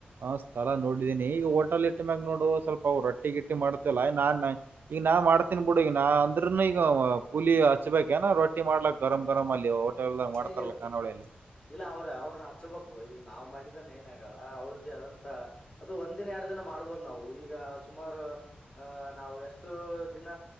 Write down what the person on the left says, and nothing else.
ಇಲ್ಲ ಇಲ್ಲ
ಇಲ್ಲ ಅವ್ರ ಅವ್ರನ್ನ ಹಚ್ಚಬಕ್ ನಾ್ ಮಾಡಿದನ್ನ ಏನ ಆಗಲ್ಲ ಅವ್ರದ್ದ ಅದಂತ ಅದು ಒಂದ ದಿನ ಎರಡ್ ದಿನ ಮಾಡ್ಬೋದು ನಾವು ಈಗ ಸುಮಾರು ಅ ನಾವು ಎಷ್ಟು ದಿನ